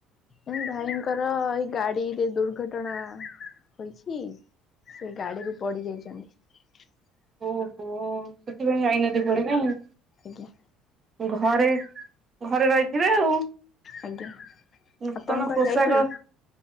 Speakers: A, on the left (about 40°); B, on the right (about 35°).
A: ଏ ଭାଇଙ୍କର ଏଇ ଗାଡିରେ ଦୁର୍ଘଟଣା ହୋଇଛି। ସେ ଗାଡିରୁୁ ପଡି ଯାଇଛନ୍ତି।
B: ଓହୋ ସେଥିିପାଇଁ ଯାଇନହାନ୍ତି କୁଆଡେ ନାଇଁ।
A: ଆଜ୍ଞା।
B: ଘରେ ଘରେ ରହିଥିବେ ଆଉ।
A: ଆଜ୍ଞା
B: ନୂତନ
A: ଆପଣ କୁଆଡେ
B: ପୋଷାକ
A: ଯାଇଥିଲେ?